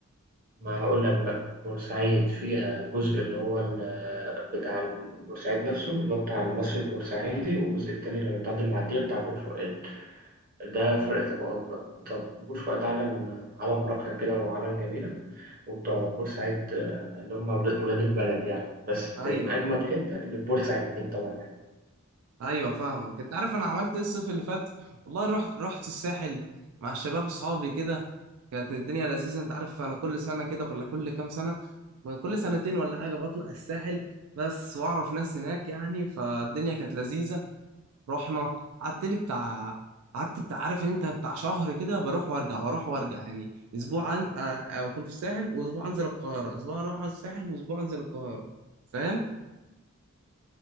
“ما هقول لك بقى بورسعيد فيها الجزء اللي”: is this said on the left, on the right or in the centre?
Right